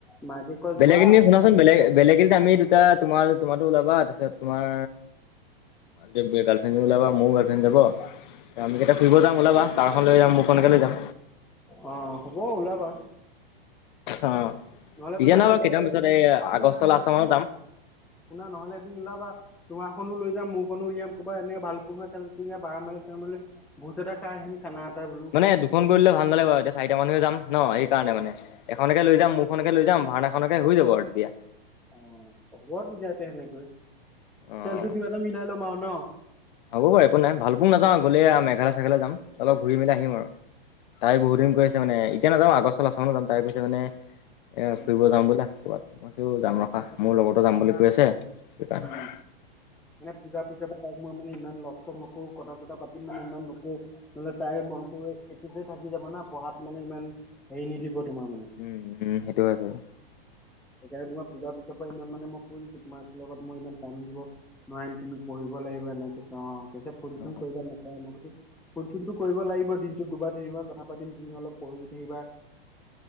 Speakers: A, in the centre; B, on the left.
A: মাকে কয়
B: বেলেগ
A: যোৱা।
B: এদিন
A: <unintelligible>
B: শুনাচোন বেলেগ বেলেগ এদিন আমি দুটা, তোমাৰ- তোমাৰো ওলাবা, তাৰপিছত তোমাৰ গাৰ্লফ্ৰেণ্ড <unintelligible> ওলাবা, মোৰো গাৰ্লফ্ৰেণ্ড যাব। আমি কেতা ফুৰিব যাম ওলাবা। কাৰখনো লৈ যাম, মোৰখনকে লৈ যাম।
A: অ, হ'ব ওলাবা।
B: অ,
A: নহ'লে
B: এতিয়া
A: তোমাৰ
B: নহয়
A: ওলাবা
B: বাৰু, কেইটামান পিছত, এই
A: শুনা
B: আগষ্টৰ
A: শুনা
B: লাষ্ট মানত যাম।
A: শুনা নহ'লে এদিন ওলাবা। তোমাৰখনো লৈ যাম, মোৰখন উলিয়াবা কবা এনে ভালুকপুং-চালোকপুঙীয়া বাৰ মাইল-চাৰ মাইল যাম। ভোজ এটা খাই আহিম, খানা এটা বোলো।
B: এ, দুখন কৰিলে ভালা নালাগিব, এতিয়া চাৰিটা মানুহে যাম ন, সেই কাৰণে মানে। এখনকে লৈ যাম, মোৰখনকে লৈ যাম, ভাওনাখনকে হৈ যাব আৰু তেতিয়া।
A: অ হ'ব তেতিয়া তে সেনেকৈ।
B: উম।
A: তেলটো কিবা এটা মিলাই ল'ম আৰু ন অ
B: হ'ব বাৰু একো নাই। ভালোকপুং নাযাওঁ, গ'লে মেঘালয়-চেঘালয় যাম, অলপ ঘূৰি-মেলি আহিম আৰু। তাই বহু দিন কৈছে মানে, এতিয়া নাযওঁ, আগষ্টৰ মানত যাম, তাই কৈছে মানে এ,
A: উম
B: ফুৰিব যাম বলা ক'ৰবাত। মই কৈছো যাম ৰখা,
A: উম
B: মোৰ লগতো যাম বুলি কৈ আছে, সেইকাৰণে
A: উম মানে পূজাৰ পিছৰ পৰা তাইক মানে মই ইমান লগ-চগ নকৰোঁ, কথা-চথা পাতিম মানে, ইমান নকৰোঁ। <unintelligible> তাইৰ মনটো এইটোতে থাকি যাব না, পঢ়াত মানে ইমান হেৰি নিদিব তোমাৰ মানে।
B: উম উম সেইটো হয় বাৰু
A: সেইকাৰণে তোমাৰ পূজাৰ পিছৰ পৰা ইমান মানে মই কৈ দিছো, তোমাৰ লগত মই ইমান টাইম দিব নোৱাৰিম, তুমি পঢ়িব লাগিব এনেকে কৈছোঁ। অ, কৈছে, ফোন-চোন
B: অ
A: কৰিবা নে নকৰা? মই কৈছো ফোন-চোনটো কৰিব লাগিব, দিনটোত দুবাৰ-তিনিবাৰ কথা পাতিম, তুমি অলপ পঢ়ি থাকিবা।